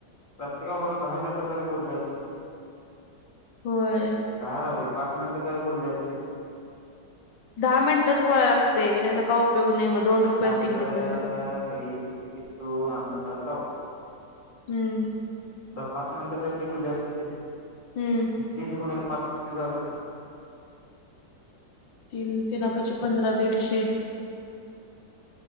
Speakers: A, on the left (about 25°); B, on the left (about 85°).
A: प्रत्येकाबरोबर दहा मिनिटं जरी बोलले असतील.
B: होय
A: दहा राहू दे पाच मिनिटं तरी बोलले असतील.
B: दहा मिनिटच बोलाया लागतय नाय तर का उपयोग नाही म दोन रुपये
A: अगं
B: आणि तीन रुपये
A: बाई किती पण तू अंदाज लाव
B: हम्म
A: पाच मिनिटं तरी बोलली असतील.
B: हम्म
A: म तीस गुणिले पाच <unintelligible> झाल.
B: तीन तीनापाची पंधरा दीडशे